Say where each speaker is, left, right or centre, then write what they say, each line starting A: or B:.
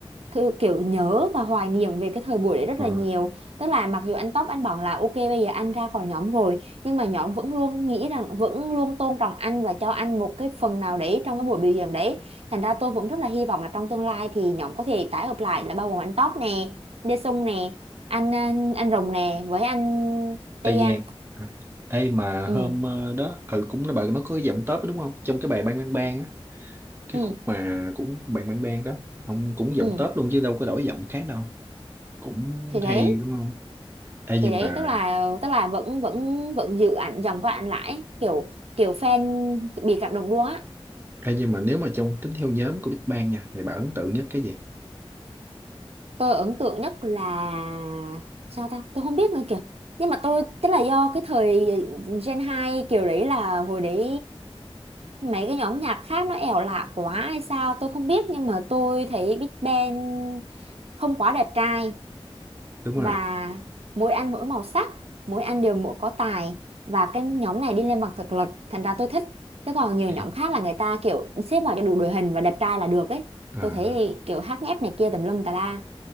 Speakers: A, on the right; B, on the right.
A: thư kiểu nhớ và hoài niệm về cái thời buổi đấy rất
B: Ờ.
A: là nhiều tức là mặc dù anh Tóc anh bảo là ok bây giờ anh ra khỏi nhóm rồi nhưng mà nhóm vẫn luôn nghĩ rằng vẫn luôn tôn trọng anh và cho anh một cái phần nào đấy trong cái buổi biểu diễn đấy thành ra tôi vẫn rất là hy vọng là trong tương lai thì nhóm có thể tái hợp lại là bao gồm anh Tóc nè Đê Sung nè anh anh, anh Rồng nè với anh
B: Tây
A: Tây Giang
B: Giang. À. Ê mà
A: ừ
B: hôm ờ, đó ừ cũng là bà nó có cái giọng tớp đúng không? Trong cái bài Bang Bang Bang á, cái
A: ừ
B: khúc mà cũng Bang Bang Bang đó, ông cũng giọng
A: ừ
B: tớp luôn chứ đâu có đổi giọng khác đâu. Cũng
A: thì đấy
B: hay đúng không? Ê
A: thì
B: nhưng
A: đấy
B: mà
A: tức là tức là vẫn vẫn vẫn giữ ảnh dòng của ảnh lại kiểu kiểu fan bị cảm động luôn á
B: Ê, nhưng mà nếu mà trong tính theo nhóm của Big Bang nha thì bà ấn tượng nhất cái gì
A: tôi ấn tượng nhất là sao ta tôi không biết nữa kìa nhưng mà tôi tức là do cái thời Gen 2 kiểu đấy là hồi đấy mấy cái nhóm nhạc khác nó ẻo lạ quá hay sao tôi không biết nhưng mà tôi thấy Big Bang không quá đẹp trai
B: đúng
A: và
B: rồi
A: mỗi anh mỗi màu sắc mỗi anh đều mỗi có tài và cái nhóm này đi lên bằng thực lực thành ra tôi thích thế còn nhiều
B: Dạ.
A: nhóm khác là người ta kiểu xếp vào cho đủ đội hình và đẹp trai là được ấy
B: à,
A: tôi thấy kiểu hát nhép này kia tùm lum tà la